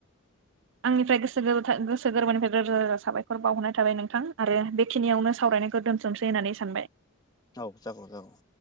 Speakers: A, on the right (about 60°); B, on the left (about 20°).
A: आंनिफ्राय गोसो गोसो गोरबोनिफ्राया रोजा रोजा साबायखर बावहरनाय थाबाय नोंथां आरो बेखिनियावनो सावरायनायखौ दोनथुमसै होननानै सानबाय ।
B: औ जागौ जागौ ।